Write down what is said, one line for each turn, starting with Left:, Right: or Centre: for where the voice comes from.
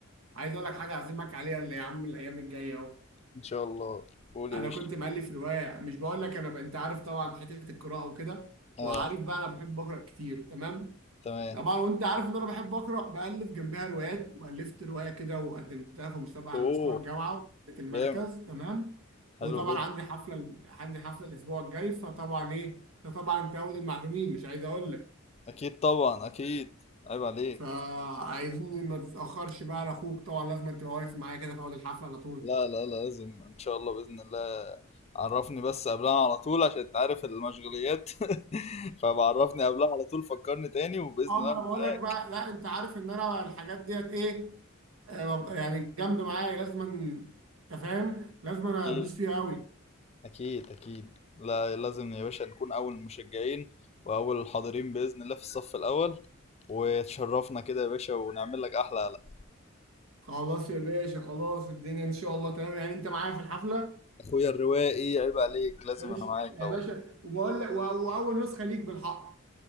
Right: عايز اقول لك حاجه اعزمك عليها اللي يا عم الايام الجايه اهو
Left: ان شاء الله قول
Right: انا
Left: يا باشا
Right: كنت مؤلف روايه مش بقول لك انا ب... انت عارف طبعا حته القراءه وكده
Left: اه
Right: وعارف بقى انا بحب اقرا كتير تمام
Left: تمام
Right: طبعا وانت عارف ان انا بحب اقرا بالف جنبها روايات والفت روايه كده وقدمتها في مسابقه
Left: اوه
Right: على مستوى الجامعه وكسبت المركز
Left: جامد
Right: تمام
Left: حلو
Right: وطبعا
Left: جدا
Right: عندي حفله ال- عندي حفله الاسبوع الجاي فطبعا ايه ده طبعا انت اول المعلومين مش عايز اقول لك
Left: اكيد طبعا اكيد عيب عليك
Right: فعايزين ما تتاخرش بقى على اخوك طبعا لازم انت واقف معايا كده في اول الحفله على طول
Left: لا لا لا لازم ان شاء الله باذن الله عرفني بس قبلها على طول عشان انت عارف المشغوليات <laughs> فبعرفني قبلها على طول فكرني تاني وباذن
Right: اه
Left: الله
Right: ما
Left: أنا
Right: انا
Left: معاك
Right: بقول لك بقى لا انت عارف ان انا الحاجات ديت ايه آه، ببقى يعني جامده معايا لازم انت فاهم لازم انا
Left: اكيد
Right: ادوس فيها قوي
Left: اكيد اكيد لا لازم يا باشا نكون اول المشجعين واول الحاضرين باذن الله في الصف الاول وتشرفنا كده يا باشا ونعمل لك احلى قلق
Right: خلاص يا باشا خلاص الدنيا ان شاء الله تمام يعني انت معايا في الحفله
Left: اخويا الروائي عيب عليك لازم
Right: ماشي
Left: انا معاك
Right: يا
Left: طبعا
Right: باشا وبقول لك و- واول نسخه ليك بالحق